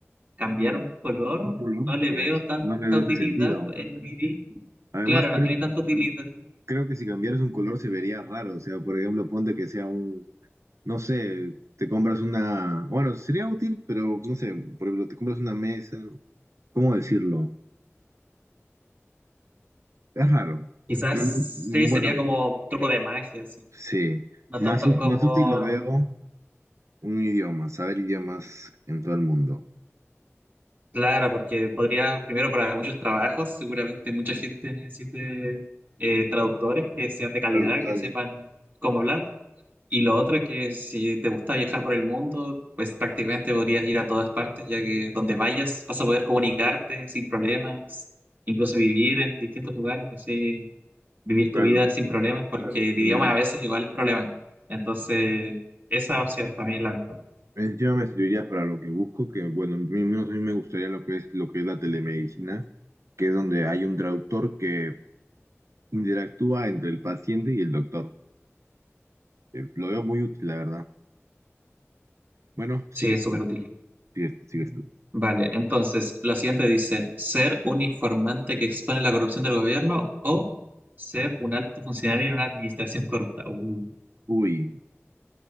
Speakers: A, on the right; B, on the right.
A: cambiar
B: Bueno,
A: un color
B: un color,
A: no le
B: pues
A: veo tanta
B: no le veo
A: utilidad
B: ese sentido.
A: en mi vida.
B: Además,
A: Claro, no
B: creo,
A: tiene tanta utilidad.
B: creo que si cambiaras un color se vería raro. O sea, por ejemplo, ponte que sea un, no sé, te compras una, bueno, sería útil, pero no sé, por ejemplo, te compras una mesa. ¿Cómo decirlo? Es raro.
A: Quizás
B: Pero, bueno,
A: sí, sería como truco de magia, sí.
B: sí,
A: No
B: más,
A: tanto
B: ú-
A: como,
B: más útil lo veo Un idioma, saber idiomas en todo el mundo.
A: claro, porque podría, primero para muchos trabajos, seguramente mucha gente necesite eh, traductores que sean de calidad,
B: Traductores,
A: que sepan cómo hablar. Y lo otro que si te gusta viajar por el mundo, pues prácticamente podrías ir a todas partes, ya que donde vayas vas a poder comunicarte sin problemas, incluso vivir en distintos lugares, así vivir tu
B: claro.
A: vida sin problemas, porque el
B: Mira,
A: idioma a veces igual es problema. Entonces, esa opción para mí es la mejor.
B: encima me serviría para lo que busco, que bueno, a mí, no, a mí me gustaría lo que es lo que es la telemedicina, que es donde hay un traductor que interactúa entre el paciente y el doctor. Eh, Lo veo muy útil, la verdad. Bueno, sigues
A: Sí, es súper
B: tú,
A: útil.
B: sigues, sigues tú.
A: Vale, entonces, la siguiente dice, ser un informante que expone la corrupción del gobierno o ser un alto funcionario en una administración corrupta. Uh,
B: Uy,